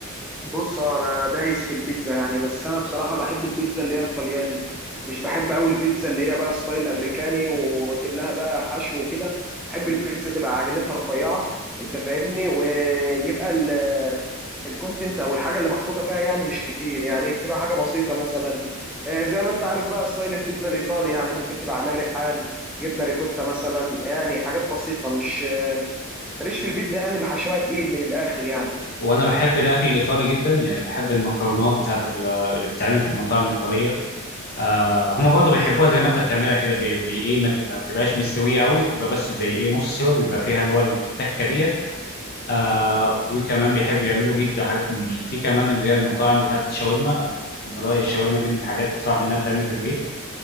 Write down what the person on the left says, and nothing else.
وانا بحب الاكل الايطالي جدا يعني بحب المكرونات بتاعت ال- اللي بتتعمل في المطاعم الايطاليه آه هما برضه بيحبوها زي ما انت بتعملها كده بي- بي- ايه ما تبقى- ما بتبقاش مستويه قوي بتبقى بس زي ايه نص سوا بيبقى فيها اللي هو التكه دي آه وكمان بيحبوا يعملوا بيتزا وحاجات من دي في كمان اللي هي المطاعم بتاعت الشاورما أنا من رايي الشاورما دي من الحاجات اللي صعب انها تتعمل في البيت